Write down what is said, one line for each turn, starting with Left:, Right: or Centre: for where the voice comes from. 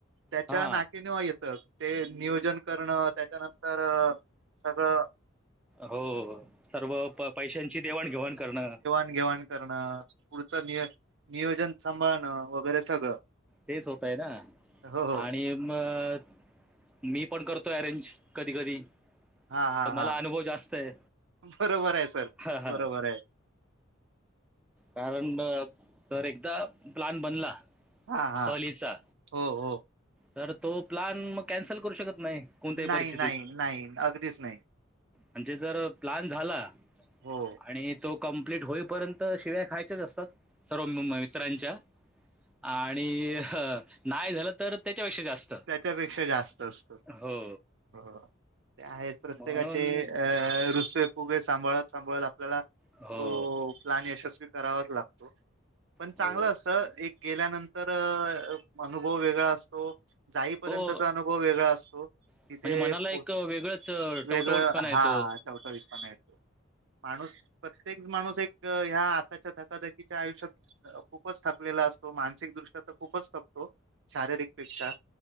Right: त्याच्या
Centre: हा
Right: नाकीनऊ येतं ते नियोजन करणं त्याच्यानंतर सगळं
Centre: हो सर्व प पैशांची देवाण- घेवाण करणं
Right: घेवाण करणं पुढचं नि नियोजन सांभाळणं वगैरे सगळं
Centre: तेच होत आहे ना
Right: हो हो
Centre: आणि मग मी पण करतोय अरेंज कधी कधी
Right: हा हा
Centre: तर मला
Right: हा
Centre: अनुभव जास्त आहे
Right: बरोबर आहे सर
Centre: हा हा
Right: बरोबर आहे
Centre: कारण तर एकदा प्लन बनला
Right: हा हा
Centre: सहलीचा
Right: हो हो
Centre: तर तो प्लान मग कॅन्सल करू शकत नाही. कोणत्याही परिस्थितीत
Right: नाही नाही नाही अगदीच नाही.
Centre: म्हणजे जर प्लान झाला
Right: हो
Centre: आणि तो कंप्लीट होईपर्यंत तर शिव्या खायच्याच असतात सर्व मित्रांच्या आणि नाही झालं तर त्याच्यापेक्षा जास्त
Right: त्याच्यापेक्षा जास्त असतं
Centre: हो
Right: हो ते आहे प्रत्येकाचे
Centre: म्हणून
Right: अ रुसवे सांभाळत सांभाळत आपल्याला
Centre: हो,
Right: तो प्लॅन यशस्वी करावाच लागतो. पण
Centre: हो.
Right: चांगलं असतं एक गेल्यानंतर अनुभव वेगळा असतो, जाईपर्यंतचा
Centre: हो,
Right: अनुभव वेगळा असतो.
Centre: म्हणजे
Right: तिथे
Centre: मनाला एक
Right: पो
Centre: वेगळंच अ,
Right: वेगळं
Centre: टवटवीतपणा येतो.
Right: हा टवटवीत पणा येतो. माणूस प्रत्येक माणूस एक ह्या आताच्या धकाधकीच्या आयुष्यात खूपच थकलेला असतो. मानसिक दृष्ट्या तर खूपच थकतो. शारीरिक पेक्षा.